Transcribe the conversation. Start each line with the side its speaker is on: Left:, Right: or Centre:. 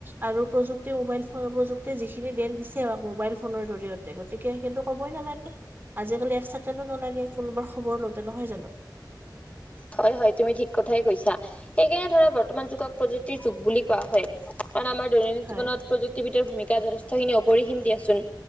Right: আৰু প্ৰযুক্তিয়ে মোবাইল ফোন প্ৰযুক্তিয়ে যিখিনি দেন দিছে আমা মোবাইল ফোনৰ জৰিয়তে গতিকে সেইখিনিটো ক'বই নালাগে আজিকালি এক ছেকেণ্ডো নালাগে কোনোবাৰ খবৰ লওঁতে নহয় জানো
Left: হয় হয় তুমি ঠিক কথাই কৈছা সেইকাৰণে ধৰা বৰ্তমান যুগক প্ৰযুক্তিৰ যুগ বুলি কোৱা হয় কাৰণ আমাৰ দৈনন্দিন
Right: হয়
Left: জীৱনত প্ৰযুক্তিবিদ্যাৰ ভূমিকা যথেষ্টখিনি অপৰিসীম দিয়াচোন